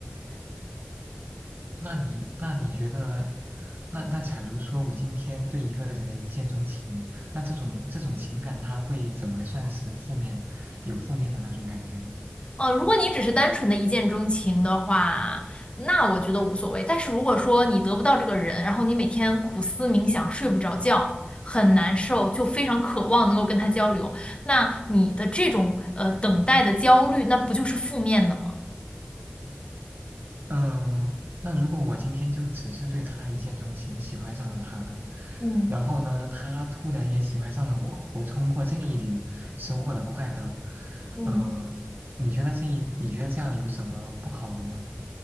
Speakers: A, on the right; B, on the left.
A: 那你那你觉得，那那假如说我今天对一个人一见钟情，那这种这种情感，它会怎么算是负面，有负面的那种感觉呢？
B: 呃，如果你只是单纯的一见钟情的话，那我觉得无所谓。但是如果说你得不到这个人，然后你每天苦思冥想，睡不着觉，很难受，就非常渴望能够跟他交流，那你的这种呃等待的焦虑，那不就是负面的吗？
A: 嗯、那如果我今天就只是对他一见钟情，喜欢上了他，
B: 嗯
A: 然后呢，他突然也喜欢上了我，我通过这一点收获了快乐，
B: 嗯，
A: 嗯、你觉得这一，你觉得这样有什么不好的吗？